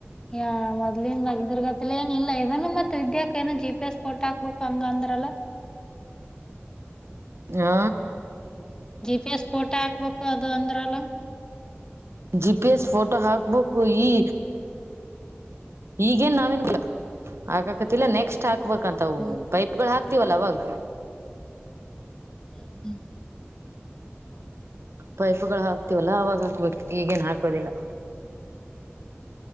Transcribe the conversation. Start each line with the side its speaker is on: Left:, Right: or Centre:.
Left: ಯ ಮೊದ್ಲಿಂದನ್ ನಗಿದರ್ಗತಿ ಏನ ಇಲ್ಲಏದನನು ಮತ್ತತ್ ವಿದ್ಯಾಕ ಏನೋ ಜಿ ಪಿ ಎಸ್ ಫೋಟೋ ಹಾಕ್ಬೇಕು ಹಂಗ ಅಂದ್ರಲ್ಲ <inaudible>
Right: ಹಾ
Left: ಜಿ ಪಿ ಎಸ್ ಫೋಟೋ ಹಾಕ್ಬೇಕು ಅದು ಅಂದ್ರಲ್ಲ
Right: ಜಿಪಿಎಸ್ ಫೋಟೋ ಹಾಕ್ಬೇಕು ಈ ಈಗೇನ್ ನಾವೇನ್ ಹಾಕಕತಿಲ್ಲ ನೆಕ್ಸ್ಟ್ ಹಾಕ್ಬೇಕಂತವು
Left: ಹ್ಮ್
Right: ಪೈಪ್ಗಳು ಹಾಕ್ತಿವಲ್ಲ ಅವಾಗ
Left: ಹ್ಮ್ ಹ್ಮ್
Right: ಪೈಪ್ಗಳು ಹಾಕ್ತಿವಲ್ಲಾ ಅವಾಗ ಹಾಕ್ಬೇಕು ಈಗೇನ್ ಹಾಕದಿಲ್ಲ